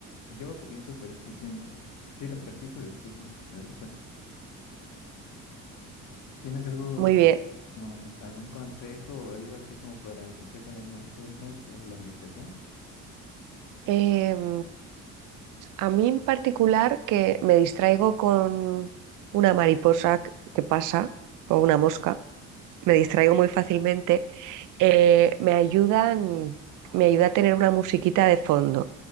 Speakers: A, on the left; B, on the right.
A: Llevo poquito, pero sí, sí me, sí la practico y sí me, me gusta. ¿Tienes algo
B: Muy bien.
A: así como algún consejo o algo así como para iniciar con el mindfulness o la meditación?
B: Em, a mí en particular que me distraigo con una mariposa que que pasa o una mosca, me distraigo muy fácilmente Eh, me ayudan, me ayuda a tener una musiquita de fondo,